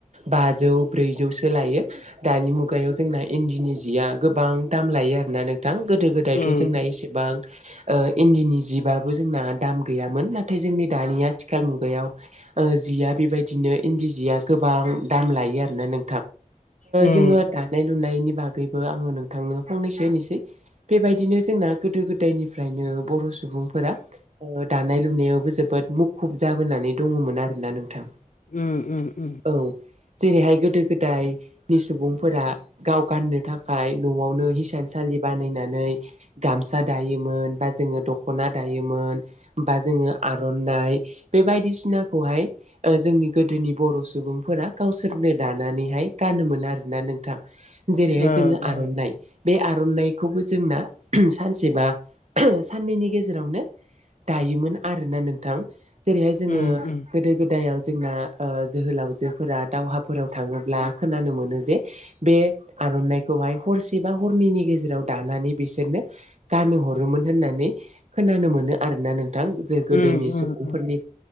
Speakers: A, on the right; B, on the left.
A: बाजौ ब्रैजौसो लायो, दानि मुग खुगायाव जोंना इन्दिनि जिया गोबां दाम लायो आरोना नों दां गोदो गोदायथ'
B: उम
A: जोंना एसेबां इन्दिनि जिबाबबो जोंना दाम गैयामोन, नाथाय जोंनि दानिया आथिखाल मुगायाव जिया बेबायदिनो इन्दि सिया गोबां दाम लायो आरोना नों
B: उम
A: जोङो दानाय लुनायनि बागैबो आङो नोंथांनो फंनैसो होनोसै। बेबायदिनो जोंना गोदो गोदायनिफ्रायनो बर' सुबुंफोरा दानाय लुनायावबो जोबोद मुखुब जाबोनानै दङमोन आरोना नोंथां।
B: उ उ उ।
A: औ जेरैहाय गोदो गोदायनि सुबुं फोर गाव गाननो थाखाय न'आवनो हिसानसालि बानायनानै गामसा दायोमोन बा जोङो दख'ना दायोमोन। बा जोङो आर'नाइ बे बायदिसिनाखौहाय जोंनि गोदोनि बर' सुबुंफोरा गावसोरनो दानानैहाय गानोमोन आरोना नों जेरैहाय
B: ओ
A: जोङो आर'नाइ
B: ओ
A: बे आर'नाइखौबो जोंना सानसेबा साननैनि गेजेरावनो दायोमोन आरोना नोंथां जेरैहाय जोङो
B: उम उम
A: गोदो गोदायाव जोंना जोहोलावजोफोरा दावहाफोराव थाङोब्ला खोनानो मोनो जे बे आर'नाइखौहाय हरसे बा हरनैनि गेजेराव दानानै बिसोरनो गानो हरोमोन होननानै खोनानो मोनो आरोना नोंथां जे गोदोनि
B: उम उम
A: सुबुंफोरनि
B: उम